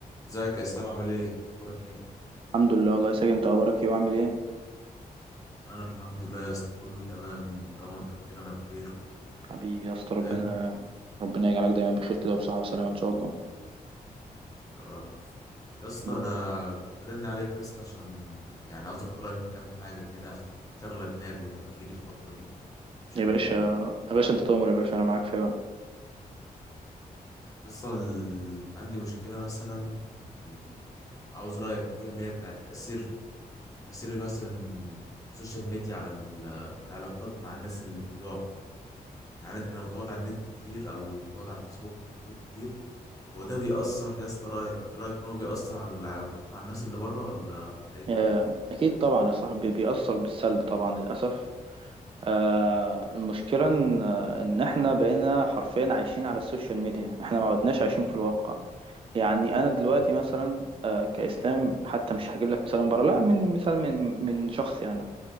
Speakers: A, on the left; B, on the right.
A: ازيك يا اسلام عامل ايه اخبارك ايه
B: الحمد لله والله يا ساجد انت اخبارك ايه وعامل ايه
A: انا الحمد لله يا اسطى كله تمام طالما انت بخير انا بخير و-
B: حبيبي يا اسطى ربنا
A: فاهم
B: ربنا يجعلك دايما بخير كده وبصحة وسلامة ان شاء الله
A: يا رب يا اسطى
B: حبيبي.
A: انا برن عليك يا اسطى عشان يعني عاوز اخد رايك في كام حاجه كده عشان شغله دماغي وتفكيري الفتره دي بشكل
B: يا باشا
A: كبير يعني
B: يا باشا انت تؤمر يا باشا انا معاك في أي وقت.
A: يا اسطى ال- عندي مشكله مثلا ال- عاوز رايك فيها اللي هي بتاعت تاثير تاثير مثلا السوشيال ميديا على ال- العلاقات مع الناس اللي في الواقع يعني انت لما تقعد على النت كتير او تقعد على الفيسبوك والتيك توك كتير هو ده بيأثر يا اسطى رأيك رأيك إن هو بيأثر على العلاقات مع الناس اللي بره ولا ولا إيه الدنيا؟
B: يا- اكيد طبعا يا صاحبي بيأثر بالسلب طبعا للاسف آه المشكلة ان ان احنا بقينا حرفيا عايشين على السوشيال ميديا احنا ما عدناش عايشين في الواقع يعني انا دلوقتي
A: يعني
B: مثلا آه كإسلام حتى مش هجيب لك مثال من بره لا من مثال من من شخصي انا